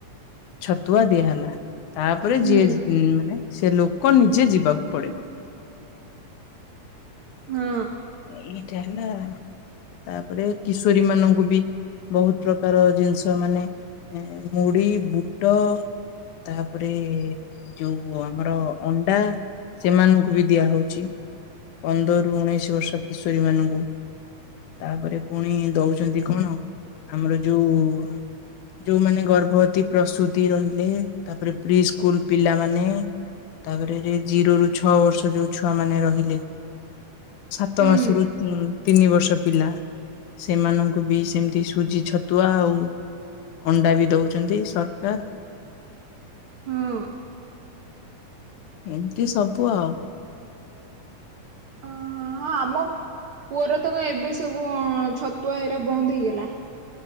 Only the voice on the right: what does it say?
ହୁଁ
ହଁ
ହୁଁ
ହୁଁ।
ଓହୋ ହଁ ଆମ ପୁଅର ତ କଣ ଏବେ ସବୁ ଅ ଛତୁଆ ହେଇରା ବନ୍ଦ ହେଇଗଲା।